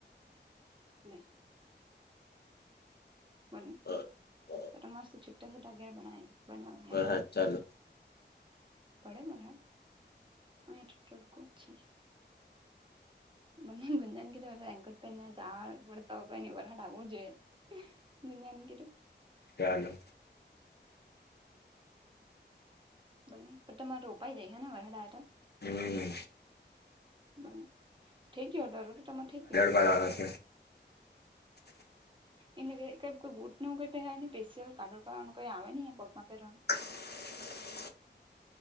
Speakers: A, on the right (about 25°); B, on the left (about 60°).
A: એટલે. બને.
B: <inaudible>
A: ત મસ્ત છૂટા છુટા અ ઘેર બનાવી બનાવ.
B: વરહાદ ચાલુ
A: પડે બરા હ અંયા તો તડકો છ. પણ ગુંંજાનગીરી વેકટભે ને જાાડ પડતા હોય ની વરરાડ આવું જોઈએ. ગજાન ગટ. <unintelligible>
B: ચાલો.
A: બને પણ તમારે રોપાઈ જાય છે ને વરડા
B: હમ.
A: બને થઈ ગયો દ રોટટામાં થઈ ગયો.
B: બના ત <inaudible>
A: એમને કોઈ બુટ ન કઈ પહેરાય નને સ્લ કાર્ડઈ આવે ન પગમાં પહેરવાનું.
B: <inaudible>